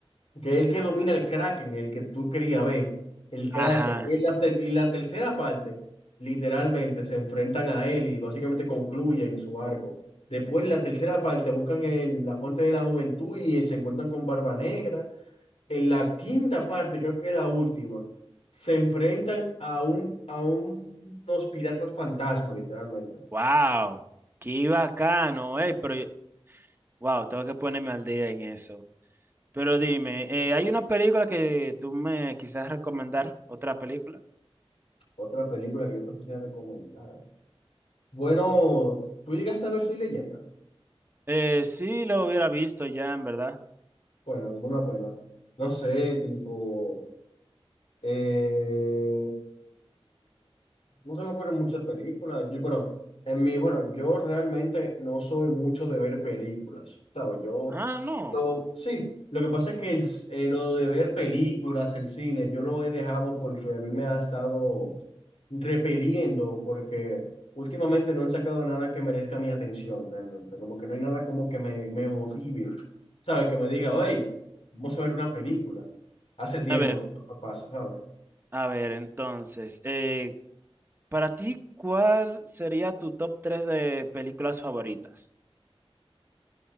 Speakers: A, on the left; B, on the right.
A: que es el que domina el Kraken, el que tú querías ver, el
B: ajá.
A: Kraken. Y en la, se- y la tercera parte, literalmente, se enfrentan a él y básicamente concluyen su arco. Después, en la tercera parte, buscan el- la fuente de la juventud y se encuentran con Barba Negra. En la quinta parte, creo que era la última, se enfrentan a un, a un- unos piratas fantasma, literalmente.
B: Wow, qué bacano, eh, pero Wow, tengo que ponerme al día en eso. Pero dime, eh, ¿hay una película que tú me quisieras recomendar? ¿Otra película?
A: Otra película que yo te pusiera recomendada. Bueno, tú llegaste a ver Soy Leyenda.
B: Eh, sí, lo hubiera visto ya, en verdad.
A: Bueno, una pena. No sé, tipo. Eh, no se me ocurren muchas películas. Yo, bueno, en mí, bueno, yo realmente no soy mucho de ver películas, ¿sabes? Yo,
B: Ah, no.
A: lo- sí, lo que pasa es que el, eh, lo de ver películas, el cine, yo lo he dejado porque a mí me ha estado repeliendo, porque últimamente no han sacado nada que merezca mi atención realmente. Como que no hay nada como que me, me motive, ¿sabes? Que me diga, hey, vamos a ver una película. Hace tiempo
B: A ver,
A: Pasa, ¿sabes?
B: a ver, entonces, eh, para ti, ¿cuál sería tu top 3 de películas favoritas?